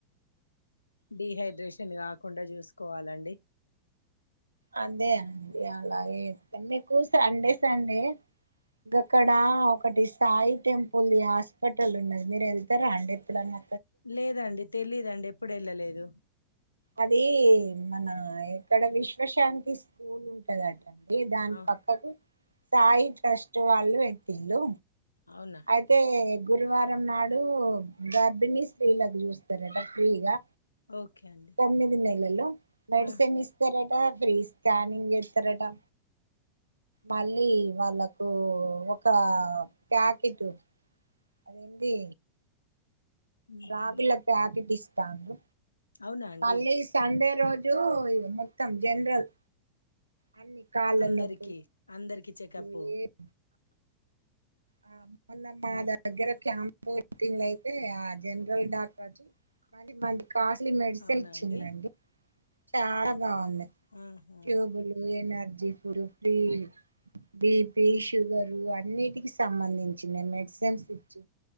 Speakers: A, on the left; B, on the right.
A: డీహైడ్రేషన్ కాకుండా చూసుకోవాలండి
B: అదే అండి అలాగే మీకు సండే సండే గోక్కడా ఒకటి సాయి టెంపుల్ ది హాస్పిటల్ ఉన్నది మీరు వెళ్తారా అండి ఎప్పుడున్న
A: లేదండి తెలీదండి ఎప్పుడు వెళ్ళలేదు
B: అది మన ఇక్కడ విశ్వశాంతి స్కూల్ ఉంటదట దాని
A: ఆ
B: పక్కకు సాయి ట్రస్ట్ వాళ్ళు పెట్టిళ్ళు
A: అవునా
B: అయితే గురువారం నాడు గర్భిణీ స్త్రీలకు చూస్తారట ఫ్రీగా
A: ఓకే అండి
B: తొమ్మిది నెలలు మెడిసిన్
A: ఆ
B: ఇస్తారట ట ఫ్రీ స్కానింగ్ జేత్తరటా మళ్ళీ వాళ్ళకు ఒక ప్యాకెట్ అదేంది
A: ఉహు.
B: రాగుల ప్యాకెట్ ఇస్తాండ్రు
A: అవునా అండి
B: మళ్ళీ సండే రోజు మొత్తం జనరల్ అన్ని కాాలన్నొప్పులు
A: అందరికి అందరికి చెకప్
B: నువ్ ఏప్ ఆ మొన్నమ్ మా
A: ఆ,
B: దగ్గర క్యాం పోటింగ్ అయితే ఆ జనరల్ డాక్టర్ చు పదిమంది కాస్ట్లీ మెడిసిన్
A: అవునా
B: ఇచ్చిందండి
A: అండి
B: చాలా బాగుంది
A: ఆహా
B: ట్యూబులు ఏమా జిఫురు ఫ్రీ బిపి షుగరు అన్నిటికి సంబంధించిన మెడ్ సేమ్ పిచ్